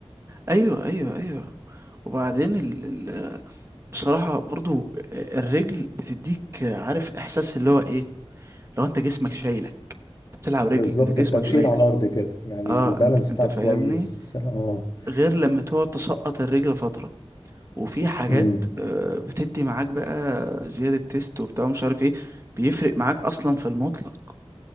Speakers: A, on the right; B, on the left.
A: ايوه ايوه ايوه وبعدين ال... ال... بصراحه برضو الرجل بتديك عارف احساس اللي هو ايه لو انت جسمك شايلك انت بتلعب رجل
B: بالظبط
A: انت جسمك
B: انت تقيل
A: شايلك
B: على الارض كده يعني
A: اه
B: البالانس
A: انت انت
B: بتاعك
A: فاهمني
B: كويس اه
A: غير لما تقعد تسقط الرجل فترة وفي حاجات
B: امم
A: آه، بتدي معاك بقى زيادة تيست وبتاع مش عارف ايه بيفرق معاك اصلا في المطلق